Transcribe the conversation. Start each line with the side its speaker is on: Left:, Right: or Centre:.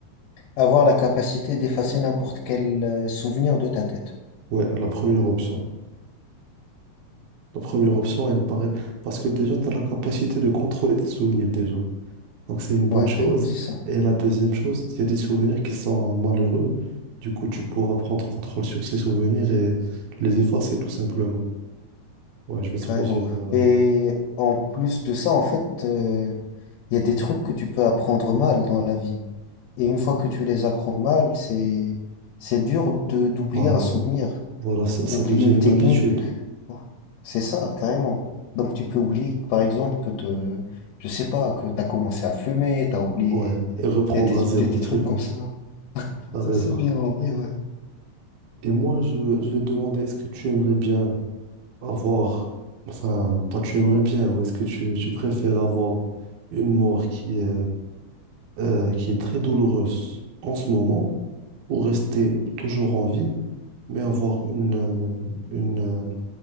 Left: Avoir la capacité d'effacer n'importe quel euh, souvenir de ta tête.
Right: Ouais, la première option. La première option, elle me paraît... Parce que déjà, tu as la capacité de contrôler tes souvenirs déjà. Donc c'est une
Left: Ouais,
Right: bonne chose.
Left: c'est ça,
Right: Et la deuxième chose, il y a des souvenirs qui sont malheureux. Du coup, tu pourras prendre contrôle sur ces souvenirs et les effacer tout simplement. Ouais, je vais choisir.
Left: carrément.
Right: euh,
Left: Et en plus de ça, en fait, euh, il y a des trucs que tu peux apprendre mal dans la vie. Et une fois que tu les apprends mal, c'est c'est dur de d'oublier
Right: voilà.
Left: un souvenir.
Right: Voilà, ça, ça
Left: oublier
Right: devient
Left: une
Right: une
Left: technique.
Right: habitude.
Left: Oh, C'est ça, carrément. Donc tu peux oublier, par exemple, que te, je sais pas, que tu as commencé à fumer, tu as oublié.
Right: Ouais. Et reprendre
Left: Il y a des,
Right: à zéro,
Left: des, des trucs
Right: c'est vrai.
Left: comme ça.
Right: T'as
Left: Ça,
Right: raison.
Left: c'est bien en vrai, ouais.
Right: Et moi, je, je vais te demander, est-ce que tu aimerais bien avoir. Enfin, pas tu aimerais bien, ou est-ce que tu, tu préfères avoir une mort qui est, euh, qui est très douloureuse en ce moment, ou rester toujours en vie? mais avoir une, euh, une, euh,